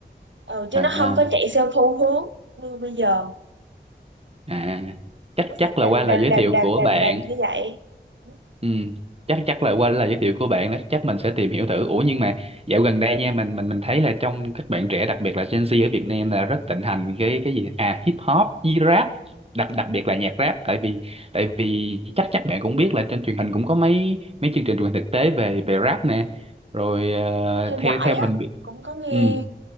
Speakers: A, on the right (about 85°); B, on the right (about 30°).
A: ừ chứ
B: à
A: nó không có chạy theo xu hướng như bây giờ
B: à chắc
A: nó
B: chắc
A: sẽ đành
B: là qua lời
A: đành
B: giới
A: đành
B: thiệu
A: đành
B: của
A: đành
B: bạn
A: đành như vậy Cũng
B: Ừ, chắc chắc là qua lời giới thiệu của bạn đó chắc mình sẽ tìm hiểu thử ủa nhưng mà dạo gần đây nha mình mình mình thấy là trong các bạn trẻ đặc biệt là Gen Z ở Việt Nam là rất thịnh hành cái cái gì à hip hop với rap đặc đặc biệt là nhạc rap tại vì tại vì chắc chắc bạn cũng biết là trên truyền hình cũng có mấy mấy chương trình truyền hình thực tế về về rap nè rồi ờ,
A: có theo
B: theo
A: dõi
B: theo
A: á
B: mình biết
A: cũng có nghe
B: ừ,